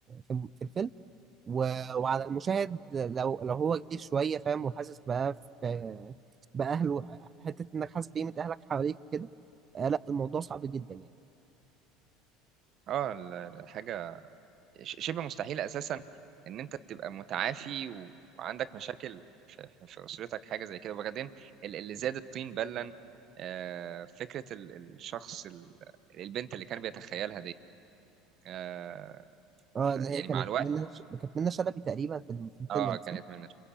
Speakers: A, on the right; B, on the right.
A: في في الفيلم و- وعلى المشاهد لو لو هو كبير شوية فاهم وحاسس بقى في بأهله حتة إنك حاسس بقيمة أهلك حواليك كده آه لا الموضوع صعب جدا يعني
B: اه ال- الحاجه ش- شبه مستحيل اساسا ان انت تبقى متعافي وعندك مشاكل في في- في اسرتك حاجه زي كده وبعدين ال- اللي زاد الطين بلا آه، فكره ال- الشخص ال- البنت اللي كان بيتخيلها دي آه،
A: اه
B: ف-
A: اللي
B: يعني
A: هي كانت
B: مع الوقت
A: منة كانت منة شلبي تقريبا في الم- في الفيلم
B: اه
A: ده
B: كانت
A: صح؟
B: من